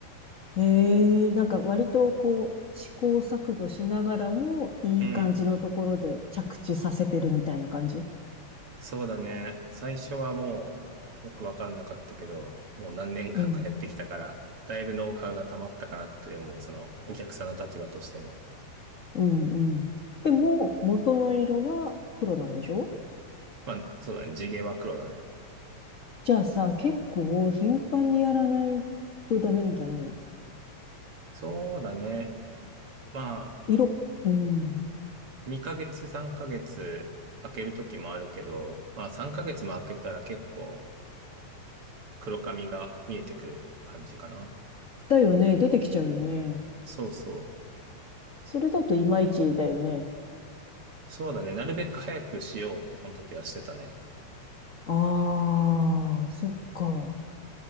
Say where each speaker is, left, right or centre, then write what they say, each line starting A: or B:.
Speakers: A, on the left (about 55°); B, on the right (about 55°).
A: ええなんか割とこう、試行錯誤しながらも、いい感じのところで着地させてるみたいな感じ。
B: うん、そうだね。最初はもう、よくわかんなかったけど、もう何年間かやってきたから、
A: うん。
B: だいぶノウハウが溜まったかなって思う、その、お客さんの立場としても。
A: うんうん。でも、元の色は黒なんでしょ
B: まあ、そうだね。地毛は黒だね。
A: じゃあさ、結構頻繁にやらないとダメなんじゃないの
B: そうだね。まあ、
A: 色、うん。
B: 2ヶ月、3ヶ月、開ける時もあるけど、まあ、3ヶ月も開けたら結構、黒髪が見えてくる感じかな。
A: だよね。出てきちゃうよね。
B: そうそう。
A: それだといまいちだよね。
B: そうだね。なるべく早くしようって、その時はしてたね。
A: ああ、そっか。